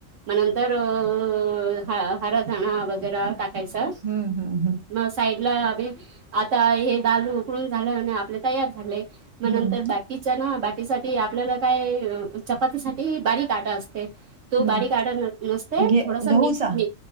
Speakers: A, on the right; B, on the right.
A: मग नंतर अ ह हरा धणा वगैरे टाकायचा
B: हम्म हम्म हम्म.
A: मग साईड ला अभी आता हे दाल उकडून झालं आणि आपले तयार झाले मग
B: हं,
A: नंतर ब किच्या ना बाटीसाठी आपल्याला काय चपातीसाठीही बारीक आटा असते तो
B: हं.
A: बारीक आटा नसते
B: घे
A: थोडासा
B: गहूचा
A: मिक्स म